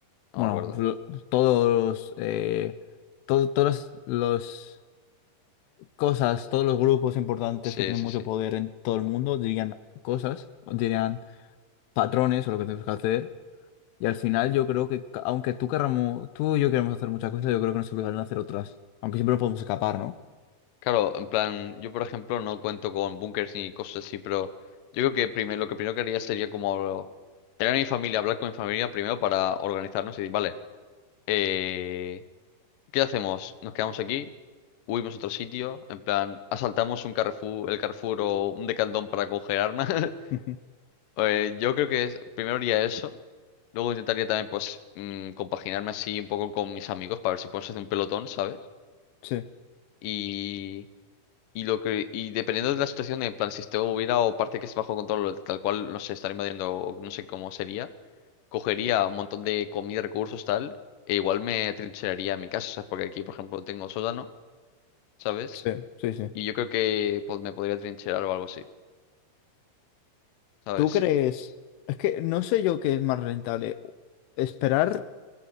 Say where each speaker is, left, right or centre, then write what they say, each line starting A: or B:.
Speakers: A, on the left; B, on the left.
A: no
B: Bueno,
A: me acuerdo.
B: blo- todos, eh, to- todas las cosas, todos los grupos importantes
A: Sí,
B: que tienen
A: sí,
B: mucho
A: sí.
B: poder en todo el mundo dirían cosas, dirían patrones o lo que tenemos que hacer. Y al final
A: Ujú.
B: yo creo que, ca- aunque tú querramos, tú y yo queremos hacer muchas cosas, yo creo que nos obligarán a hacer otras. Aunque siempre nos podemos escapar, ¿no?
A: Claro, en plan, yo por ejemplo no cuento con bunkers ni cosas así, pero yo creo que primero, lo que primero que haría sería como tener a mi familia, hablar con mi familia primero para organizarnos y decir, vale. eh, ¿Qué hacemos? ¿Nos quedamos aquí? ¿Huimos a otro sitio? En plan, asaltamos un Carrefour, el Carrefour o un Decathlon para congelarnos. <laughs>
B: Ujú.
A: Eh, yo creo que es- primero haría eso. Luego intentaría también, pues, mm, compaginarme así un poco con mis amigos para ver si podemos hacer un pelotón, ¿sabes?
B: Sí,
A: Y, y lo que, y dependiendo de la situación, en plan, si esto hubiera o parte que es bajo control, tal cual, no sé, estar invadiendo, o no sé cómo sería, cogería un montón de comida, recursos, tal, e igual me trincheraría en mi casa, ¿sabes? Porque aquí, por ejemplo, tengo sótano, ¿sabes?
B: sí, sí, sí.
A: Y yo creo que pues, me podría trincherar o algo así, ¿sabes?
B: ¿Tú crees? Es que no sé yo qué es más rentable. ¿Esperar